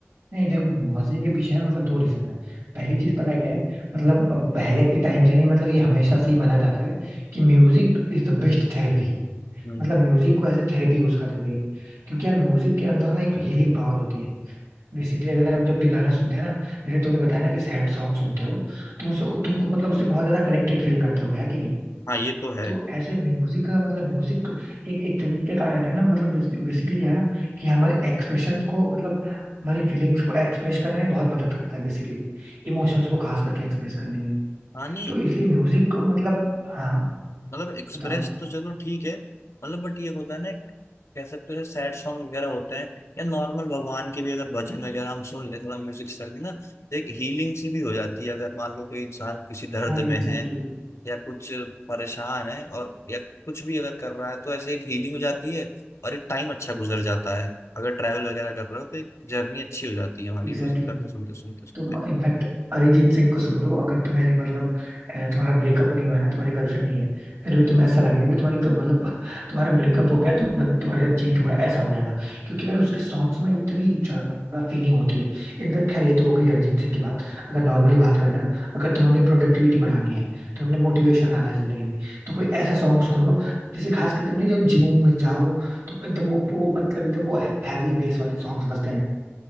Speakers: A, on the right; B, on the left.
A: नहीं देखो मजे के पीछे है मतलब दो रीजन है पहली चीज पता है क्या है मतलब पहले के टाइम से नहीं मतलब ये हमेशा से ही माना जाता है कि music is the best therapy
B: हम्म
A: मतलब म्यूजिक को एज ए थेरेपी यूज करते थे क्योंकि यार म्यूजिक के अंदर ना एक हीलिंग पावर होती है बेसिकली अगर हम जब भी गाना सुनते हैं ना जैसे तूने बताया ना कि सैड सॉन्ग सुनते हो तुम उससे तुमको मतलब उससे बहुत ज्यादा कनेक्टेड फील करते हो है कि नहीं
B: हाँ ये तो है
A: तो ऐसे म्यूजिक का मतलब म्यूजिक एक एक तरीके का यार है ना मतलब बेसिकली क्या है ना कि हमारे एक्सप्रेशन को मतलब हमारी फीलिंग्स को एक्सप्रेस करने में बहुत मदद करता है बेसिकली इमोशंस को खास करके एक्सप्रेस करने में
B: हाँ नहीं
A: तो इसलिए म्यूजिक को मतलब हाँ
B: मतलब एक्सप्रेस
A: बताओ
B: तो चलो ठीक है मतलब बट ये होता है ना कह सकते हो सैड सॉन्ग वगैरह होते हैं या नॉर्मल भगवान के भी अगर भजन वगैरह हम सुन ले थोड़ा म्यूजिक स्टाइल में ना तो एक हीलिंग सी भी हो जाती है अगर मान लो कोई इंसान किसी दर्द
A: हाँ एग्जैक्टली
B: में है या कुछ परेशान है और या कुछ भी अगर कर रहा है तो ऐसे एक हीलिंग हो जाती है और एक टाइम अच्छा गुजर जाता है अगर ट्रैवल वगैरह कर रहे हो तो एक जर्नी अच्छी हो जाती है हमारी
A: एग्जैक्टली
B: म्यूजिक आपके सुनते सुनते सुनते
A: तुम इनफैक्ट अरिजीत सिंह को सुन लो अगर तुम्हें मतलब अ, तुम्हारा ब्रेकअप नहीं हुआ है ना तुम्हारी गर्लफ्रेंड नहीं है फिर भी तुम्हें ऐसा लगेगा कि तुम्हारी ग- मतलब तुम्हारा ब्रेकअप हो गया तुम तुम्हारा चीट हुआ है ऐसा हो जाएगा क्योंकि भाई उसके सॉन्ग्स में इतनी ज्यादा फीलिंग होती है इनफैक्ट खैर ये तो हो गई अरिजीत सिंह की बात अगर नॉर्मली बात करें ना अगर तुम्हें अपनी प्रोडक्टिविटी बढ़ानी है तुम्हें अपने मोटिवेशन लाना है जिंदगी में तो कोई ऐसा सॉन्ग सुन लो जिसे खास करके नहीं जो जिम में जाओ तो एकदम वो वो मतलब एकदम वो हैवी बेस वाले सॉन्ग्स बजते हैं